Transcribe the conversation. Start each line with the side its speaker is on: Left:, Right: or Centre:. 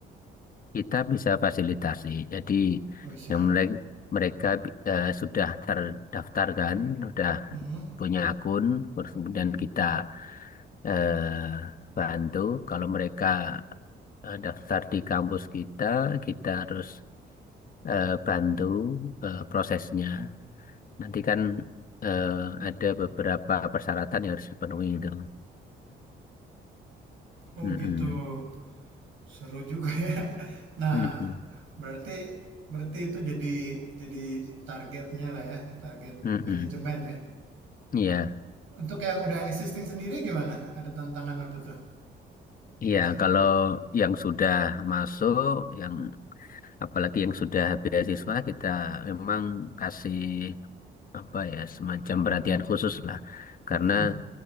Left: Kita bisa fasilitasi. Jadi
Right: Oh, siap.
Left: yang mereka, mereka eh, sudah terdaftar kan, sudah
Right: Mm-mm.
Left: punya akun, terus kemudian kita eh, bantu. Kalau mereka eh, daftar di kampus kita, kita harus eh, bantu eh, prosesnya. Nanti kan eh, ada beberapa persyaratan yang harus dipenuhi itu.
Right: Oh,
Left: Mm-mm.
Right: gitu. Seru juga <laughs> ya. Nah,
Left: Mm-mm.
Right: berarti berarti itu jadi jadi targetnya lah ya, target
Left: Mm-mm.
Right: manajemen ya.
Left: Iya,
Right: Untuk yang udah existing sendiri gimana? Ada tantangan apa tuh,
Left: iya.
Right: Mas Arifin?
Left: Kalau yang sudah masuk, yang apalagi yang sudah beasiswa, kita memang kasih apa ya semacam perhatian khusus lah,
Right: Mm-mm.
Left: karena